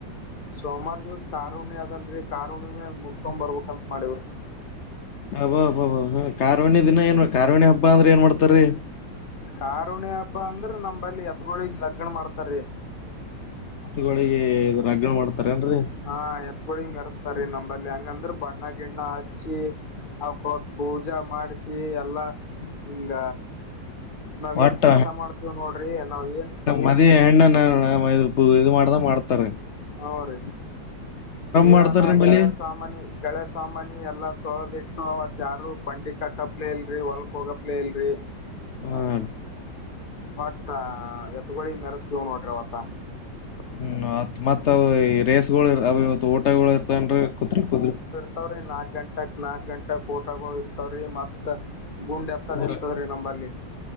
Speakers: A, on the left (about 35°); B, on the left (about 65°).
A: ಸೋಮವಾರ ದಿವಸ ಕಾರುಣ್ಣಿ ಅದಲ್ರರಿ ಕಾರುಣಿೆ ಮುಗಸಕಂಬ್ ಬರ್ಬೇಕಂತ ಮಾಡೇವ್ರಿ
B: ಅಬ್ಬ ಹಬ್ಬ ಕಾರವಣಿ ದಿನ ಏನ್ ಕಾರವಣಿ ಹಬ್ಬ ಅಂದ್ರೆ ಏನ್ ಮಾಡ್ತಾರೀ
A: ಕರುಣೆ ಹಬ್ಬ ಅಂದ್ರ ನಮಲ್ಲಿ ಎತ್ಗೋಿಗ್ ಲಗ್ಗಣ ಮಾಡ್ತಾರೀ
B: ಹತ್ಗಳಿಗೆ ರಗಣ ಮಾಡ್ತಾರೇನ್ರರಿ
A: ಹಾ ಎತ್ಗಳಿಗ್ ಮೆರೆಸ್ತಾರಿ ನಂಬಲ್ಲಿ ಹಂಗಂದ್ರ ಬಣ್ಣ ಗಿಣ್ಣ ಹಚ್ಚಿ ಅವಕ್ಕತ್ ಪೂಜಾ ಮಾಡಿಸಿ ಎಲ್ಲಾ ಹಿಂಗ ನಾವ
B: ಒಟ್ಟ
A: ಏನ್ ಕೆಲ್ಸ ಮಾಡ್ತೀವ್ ನೋಡ್ರಿ ನಾವ್ ಏನ್
B: ಮದವೆ ಹೆಣ್ಣನ ಇದು ಮಾಡ್ದಗ ಮಾಡ್ತಾರೆ
A: ಹ ರೀ ಈನ
B: ಮಾಡ್ತಾರ ನಿಮ್ಮಲ್ಲಿ
A: ಳೇಶ ಸಾಮನಿ ಕಳೆ ಸಾಮಾನಿ ಎಲ್ಲಾ ತೊಳದಿಟ್ಟು ಅವತ್ ಯಾರು ಬಂಡಿ ಕಟ್ಟಪ್ಲೇ ಇಲ್ರರಿ ಹೊಲ್ಕ್ ಹೋಗಪ್ಲೇ ಇಲ್ರಿ
B: ಹ್ಮ
A: ಬಟ್ ಎತ್ಗಳಿ ಮೆರೆಸ್ತೀವ್ ನೋಡ್ರಿ ಅವತ್ತ
B: ಹ್ಮ್ತ್ ಮತ್ ಅವ ರೇಸ್ಗಳು ಅವ ಇವತ್ತು ಊಟಗಳು ಇರ್ತನ್ರಿ ಕುದ್ರಿ ಕುದ್ರಿ
A: ಇರ್ತವ್ರೀ ನಾಕಕ್ ಗಂಟಕ್ ನಾಕಕ್ ಗಂಟ ಊಟಗ ಇರ್ತವ್ರಿ ಮತ್ ಗುಂಡ್ ಎತ್ತದ
B: ಊರ
A: ಇರ್ತದ ನಂಬರ್ಲ್ಲಿ